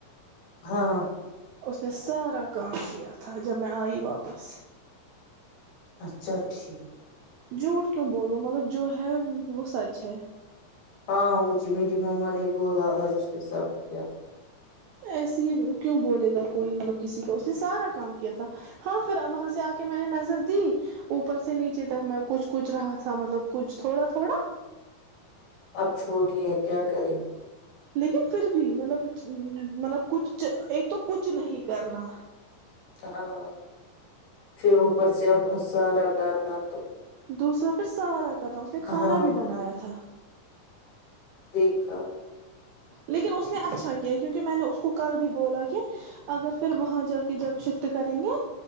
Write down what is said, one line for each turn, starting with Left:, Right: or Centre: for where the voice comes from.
Left: ہاں
Right: اس نے سارا کام کیا تھا جب میں آئی واپس
Left: اچھا ٹھیک
Right: جھوٹ کیوں بولو مطلب جو ہے وہ سچ ہے
Left: ہاں مجھے میری مما نے بولا نے سب کیا
Right: ایسے ہی کیوں بولے گا کوئی مطلب کسی کا اس نے سارا کام کیا تھا ہاں پھر وہاں سے آ کے میں نے نظر دی اوپر سے نیچے تک میں کچھ کچ رہا تھا مطلب کچھ تھوڑا تھوڑا
Left: اب چھوٹ کیا کرےی
Right: لیکن پھر بھی مطلب مطلب کچھ ایک تو کچھ نہیں کرنا
Left: ہاں پھر اوپر سے اب سارا کرن تو
Right: دوسرا پھر سارک کرنا اس نے کھانا
Left: ہاں
Right: بھی بنایا تھا
Left: دیکھا
Right: لیکن اس نے اچھا کیا کیونکہ میں نے اس کو کل بھی بولا کہ اگر پھر وہاں جا کے جب شفٹ کریں گے